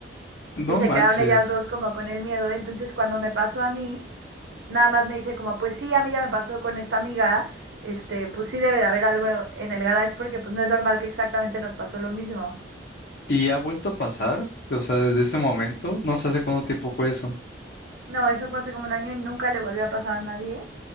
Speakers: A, on the left (about 60°); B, on the right (about 85°).
A: no
B: Y se
A: manches.
B: quedaron ellas dos como con el miedo. Entonces, cuando me pasó a mí, Nada más me dice como, pues sí, a mí ya me pasó con esta amiga, este, pues sí debe de haber algo en el garage porque pues no es normal que exactamente nos pasó lo mismo.
A: ¿Y ha vuelto a pasar? O sea, desde ese momento, no sé hace cuánto tiempo fue eso.
B: No, eso fue hace como un año y nunca le volvió a pasar a nadie,